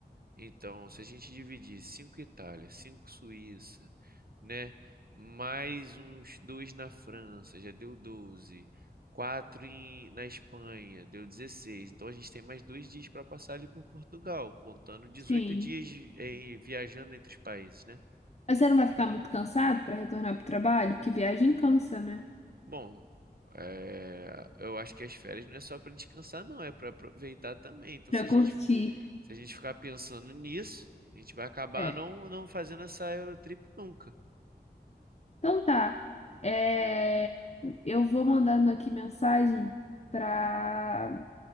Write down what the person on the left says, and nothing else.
sim.
Mas você não vai ficar muito cansado para retornar pro trabalho? Porque viagem cansa, né?
Pra
curtir.
É.
Então tá. É, Eu vou mandando aqui mensagem pra...